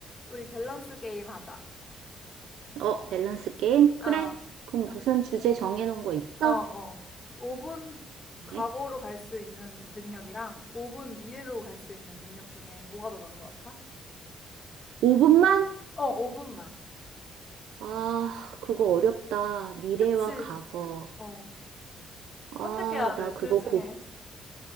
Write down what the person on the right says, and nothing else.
어, 밸런스 게임? 그래.
그럼 무슨
주제 정해놓은 거 있어?
네?
5분만?
아, 그거 어렵다. 미래와
과거.
아,
나
그거
고,